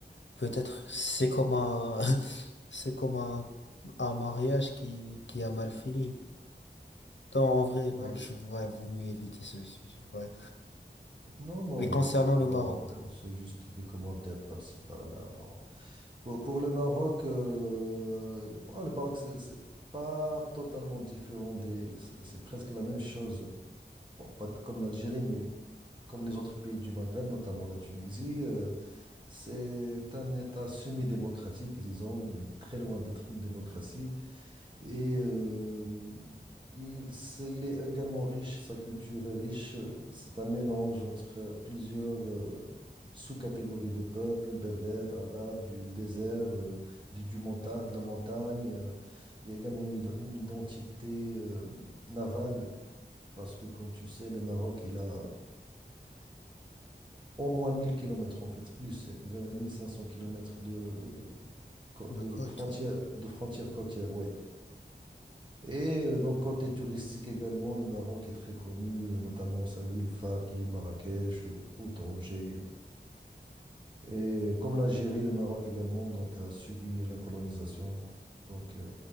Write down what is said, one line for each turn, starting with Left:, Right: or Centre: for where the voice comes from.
Left: peut-être c'est comme un, <laughs> c'est comme un, un mariage qui, qui a mal fini. Non, en vrai,
Right: Oui.
Left: non, je, ouais, vaut mieux éviter ce sujet, ouais.
Right: Non, non,
Left: Et
Right: mais
Left: concernant
Right: bon,
Left: le Maroc,
Right: bon, c'est juste des commentaires par-ci, par-là. bon. Pour, pour le Maroc, euh, bon, le Maroc, c'est c'est pas totalement différent des, c'est c'est presque la même chose. Bon, pas comme l'Algérie, mais comme les autres pays du Maghreb, notamment la Tunisie. euh, C'est un État semi-démocratique, disons, euh, très loin d'être une démocratie. Et euh, il, c'est- il est également riche, sa culture est riche. euh, C'est un mélange entre euh, plusieurs euh, sous-catégories de peuples, berbères, arabes, du désert, euh, du, du monta- de la montagne. euh. Il y a également une, id- une identité euh, navale, parce que, comme tu sais, le Maroc, il a au moins 1000 kilomètres en fait, plus, c'est vers les 1500 km de, co-
Left: de
Right: de
Left: quoi,
Right: frontières
Left: toi?
Right: de frontières côtières, ouais. Et euh, donc, côté touristique également, le Maroc est très connu, euh, notamment sa ville Faki, Marrakech ou, ou Tanger. Et euh, comme l'Algérie, le Maroc également donc, a subi la colonisation. Donc, euh,